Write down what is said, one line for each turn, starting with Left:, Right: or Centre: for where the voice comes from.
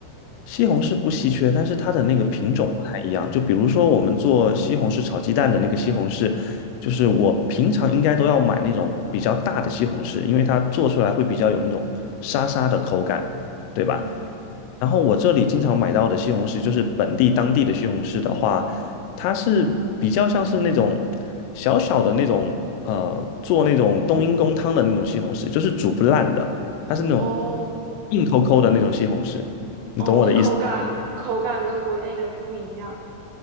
Left: 西红柿不稀缺，但是它的那个品种不太一样。
Right: 嗯
Left: 就比如说我们做西红柿炒鸡蛋的那个西红柿，就是我平常应该都要买那种比较大的西红柿，因为它做出来会比较有那种沙沙的口感，对吧？
Right: 嗯嗯，
Left: 然后我这里经常买到的西红柿，就是本地当地的西红柿的话，它是比较像是那种小小的那种呃，做那种冬阴功汤的那种西红柿，就是煮不烂的，它是那种
Right: 哦
Left: 硬抠抠的那种西红柿，你懂我的意思吗
Right: 哦，就口感口感跟国内的不一样。